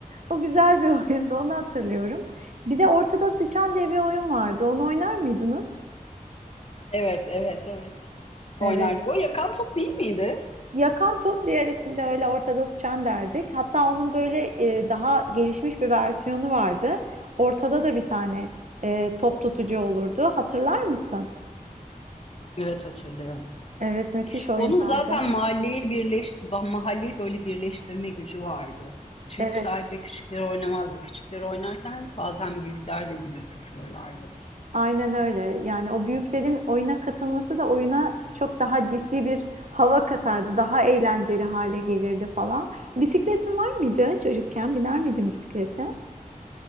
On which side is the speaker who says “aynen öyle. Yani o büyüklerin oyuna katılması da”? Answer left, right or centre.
Right